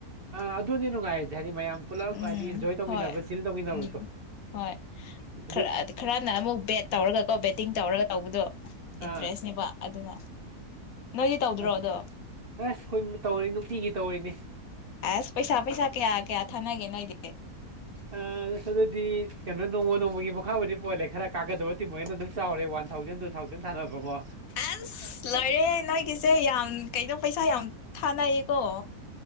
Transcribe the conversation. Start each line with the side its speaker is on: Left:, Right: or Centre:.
Right: ꯑꯥ ꯑꯗꯨꯅꯤ ꯅꯨꯡꯉꯥꯏꯔꯤꯁꯦ ꯍꯥꯏꯗꯤ ꯃꯌꯥꯝ ꯄꯨꯜꯂꯞ
Left: ꯎꯝ
Right: ꯍꯥꯏꯗꯤ ꯑꯦꯟꯖꯣꯏ ꯇꯧꯃꯤꯟꯅꯕ
Left: ꯍꯣꯏ
Right: ꯆꯤꯜ ꯇꯧꯃꯤꯟꯅꯕꯗꯣ
Left: ꯎꯝ ꯍꯣꯏꯔ
Right: ꯑꯗꯨ
Left: ꯈꯔꯅ ꯑꯃꯨꯛ ꯕꯦꯠ ꯇꯧꯔꯒꯀꯣ ꯕꯦꯠꯇꯤꯡ ꯇꯧꯔꯒ ꯇꯧꯕꯗꯣ
Right: ꯑꯥ
Left: ꯏꯟꯇꯔꯦꯁꯅꯦꯕ ꯑꯗꯨꯅ ꯅꯣꯏꯗꯤ ꯇꯧꯗ꯭ꯔꯣ
Right: ꯑꯁ
Left: ꯑꯗꯣ
Right: ꯑꯩꯈꯣꯏ ꯇꯧꯔ ꯅꯨꯡꯇꯤꯒꯤ ꯇꯧꯔꯤꯅꯤ
Left: ꯑꯁ ꯄꯩꯁꯥ ꯄꯩꯁꯥ ꯀꯌꯥ ꯀꯌꯥ ꯊꯥꯅꯒꯦ ꯅꯣꯏꯗꯤ
Right: ꯑ ꯑꯗꯨꯗꯤ ꯀꯩꯅꯣ ꯅꯣꯡꯃ ꯅꯣꯡꯃꯒꯤ ꯃꯈꯥꯕꯨꯗꯤ ꯄꯣꯍꯜꯂꯦ ꯈꯔ ꯀꯥꯒꯗꯕꯗꯤꯤ ꯃꯣꯏꯅ ꯑꯗꯨꯝ ꯆꯥꯎꯔꯦ ꯋꯥꯟ ꯊꯥꯎꯖꯟꯗ ꯇꯨ ꯊꯥꯎꯖꯟ ꯊꯥꯅꯕꯔꯕꯕꯣ
Left: ꯑꯁ ꯂꯣꯏꯔꯦ ꯅꯣꯏꯒꯤꯁꯦ ꯌꯥꯝ ꯀꯩꯅꯣ ꯄꯩꯁꯥ ꯌꯥꯝ ꯊꯥꯅꯩ ꯀꯣ